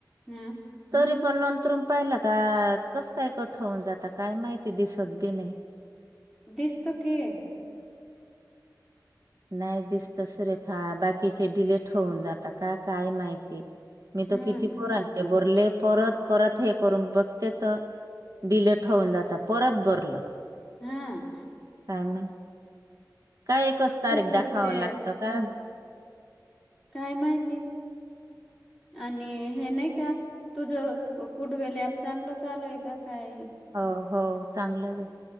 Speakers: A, in the centre; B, on the right.
A: हा
B: तरी पण नंतरून पाहिलं का कस काय कठ होऊन जात काय माहिती दिसत बी नाही.
A: दिसतो की.
B: नाही दिसतं. सुरेखा बाकीचे डिलेट होऊन जातात का काय माहिती. मी
A: हम्म
B: तर किती पोरांचे बरले परत परत हे करून बघते तर दिले ठेवून जातात. परत बरलं.
A: हम्.
B: काय म्ह काय एकच तारीख
A: तर
B: दाखाव
A: ते
B: लागतं का?
A: काय माहिती आणि हे नाही का? तुझ कुडवेलॅप चांगलं चालू आहे का काय?
B: हो, हो. चांगलंच आहे.